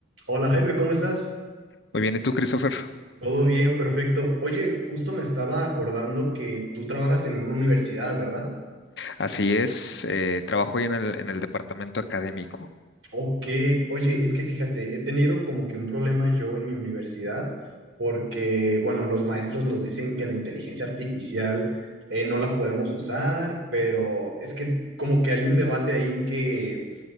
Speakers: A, on the right (about 75°); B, on the left (about 60°).
A: Hola Jaime, ¿cómo estás?
B: Muy bien, ¿y tú, Christopher?
A: Todo bien, perfecto. Oye, justo me estaba acordando que tú trabajas en una universidad, ¿verdad?
B: Así es, eh, trabajo hoy en el, en el departamento académico.
A: Ok, oye, es que fíjate, he tenido como que un problema yo en mi universidad porque, bueno, los maestros nos dicen que la inteligencia artificial eh, no la podemos usar, pero es que como que hay un debate ahí que,